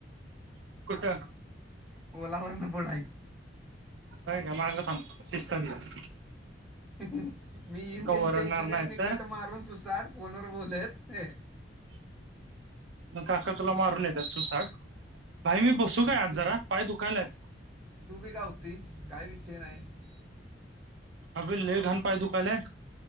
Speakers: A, on the right; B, in the centre.
A: कुठ?
B: पोला वरन पुढं हाय.
A: हाय का माग थांब दिसतात ते.
B: मी येईन त्यांच्या
A: ओरडणार
B: इथन त्यासनी
A: नाही तर
B: कट मारून सुसाड फोन वर बोलत
A: मग काका तुला मारून येतात सुसाट, आई मी बसू
B: ती
A: काय आत
B: तू
A: जरा पाय दुकायलेत.
B: तू बी गावतीस काही विषय नाही.
A: आग लय घाान पाय दुखाय लेत.